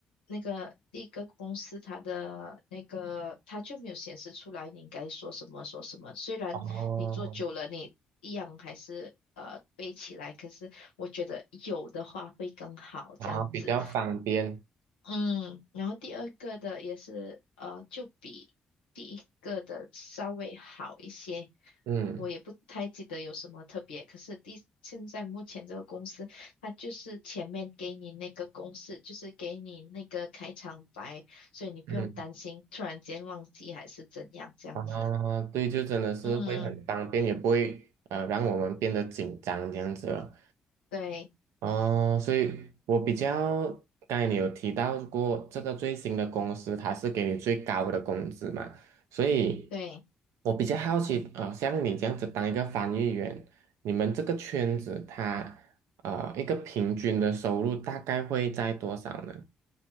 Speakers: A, on the left; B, on the right.
A: 那个第一个公式，它的那个它就没有显示出来你应该说什么说什么，虽然你做久了你一样还是呃背起来，
B: 哦，
A: 可是我觉得有的话会更好这样子，
B: 然后比较方便，
A: 嗯，然后第二个的也是呃，就比第一个的稍微好一些。
B: 嗯
A: 我也不太记得有什么特别，可是第现在目前这个公司，它就是前面给你那个公式，就是给你那个开场白，所以你不用担心突然间忘记还是怎样这样子。
B: 嗯。啊，对，就真的是会很方便，
A: 嗯，
B: 也不会呃让我们变得紧张这样子了。
A: 对
B: 哦，所以我比较，刚才你有提到过这个最新的公司，它是给你最高的工资嘛，所以
A: 对，
B: 我比较好奇，呃，像你这样子当一个翻译员，你们这个圈子它呃一个平均的收入大概会在多少呢？